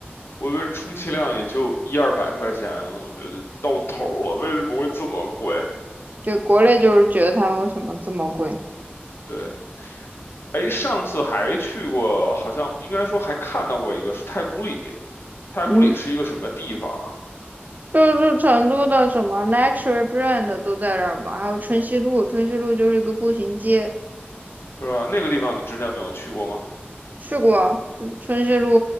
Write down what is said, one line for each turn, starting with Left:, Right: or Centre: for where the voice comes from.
Left: 我以为充其量也就一二百块钱，我觉得到头了，为什么会这么贵？
Right: 对，国内就是觉得他们为什么这么贵？
Left: 对，哎，上次还去过，好像应该说还看到过一个是太古里，太古里是一个什么地方啊？
Right: 嗯，就是成都的什么 luxury brand 都在这儿嘛，还有春熙路，春熙路就是一个步行街，
Left: 是吧？那个地方你之前没有去过吗？
Right: 去过春熙路、